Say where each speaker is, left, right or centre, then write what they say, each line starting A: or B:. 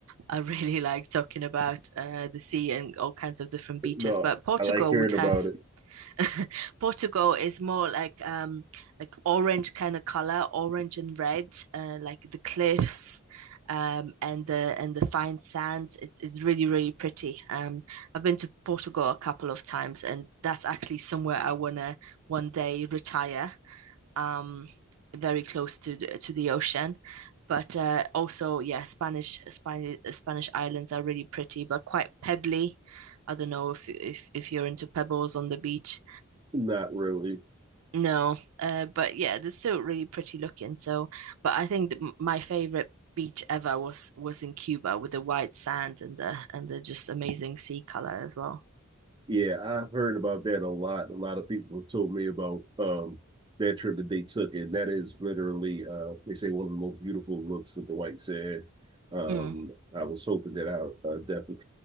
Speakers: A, on the right (about 85°); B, on the right (about 20°).
A: I really <laughs> like talking about uh, the sea and all kinds of different beaches.
B: No,
A: But Portugal
B: I like hearing
A: would have
B: about it.
A: <laughs> Portugal is more like um like orange kind of color, orange and red, uh, like the cliffs um and the and the fine sand. It's it's really really pretty. Um, I've been to Portugal a couple of times, and that's actually somewhere I wanna one day retire. Um, very close to the, to the ocean. But uh, also, yeah, Spanish Spanish Spanish islands are really pretty, but quite pebbly. I don't know if if if you're into pebbles on the beach.
B: Not really.
A: No, uh, but yeah, they're still really pretty looking. So, but I think that m- my favorite beach ever was was in Cuba with the white sand and the and the just amazing sea color as well.
B: Yeah, I've heard about that a lot. A lot of people have told me about um that trip that they took, and that is literally uh they say one of the most beautiful looks with the white sand. Um,
A: Mm.
B: I was hoping that I uh, definitely